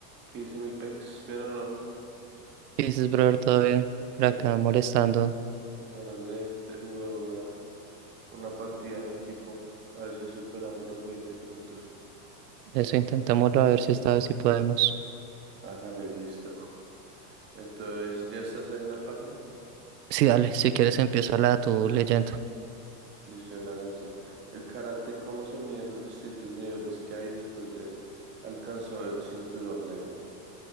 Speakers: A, on the right; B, on the right.
A: ¿Qué dice mi pex? ¿Bien o no? no?
B: Y dices, brother, todo bien. Por
A: Bien
B: acá
A: ahí con,
B: molestando.
A: con ganas de, de jugar una, una partida en equipo. A ver si superamos los veinte puntos.
B: Eso intentémoslo a ver si esta vez sí podemos.
A: Hágale, listo. Entonces, ¿ya estás ahí en la página?
B: Sí, dale, si quieres empieza la tu leyendo.
A: Listo, ya la lancé. El karate, ¿cómo se miden los distintos niveles que hay después de alcanzar el cinturón negro?